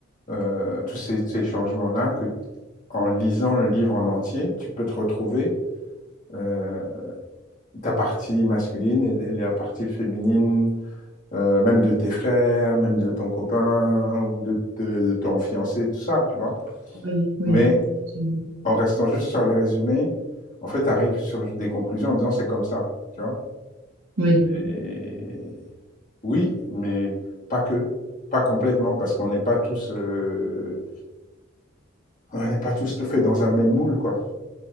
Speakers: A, on the left; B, on the right.
A: euh, tous ces, ces changements-là, que en lisant le livre en entier, tu peux te retrouver euh, ta partie masculine et la partie féminine, euh, même de tes frères, même de ton copain ou de, de- de ton fiancé, tout ça, tu vois.
B: Oui, oui,
A: Mais
B: effectivement.
A: en restant juste sur les résumés, en fait, tu arrives sur des conclusions en disant c'est comme ça, tu vois.
B: oui,
A: Mais oui, mais pas que, pas complètement, parce qu'on n'est pas tous, euh, on n'est pas tous tout fait dans un même moule, quoi.